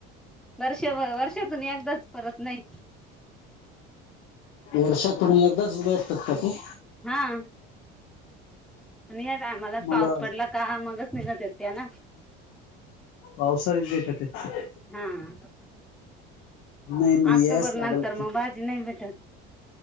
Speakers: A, in the centre; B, on the left.
A: वर्ष-वर्षातून एकदाच. परत नही.
B: वर्षातुन, एकदाच भेटतात का, ते?
A: हां, आणि टायमालाच
B: मला
A: पाऊस पडला का, मगच निघत य त्या ना?
B: पावसाळीच देता ते.
A: हां.
B: नाही मग
A: ऑक्टोबर
B: यायच लागल
A: नंतर, म भाजी नही भेटत.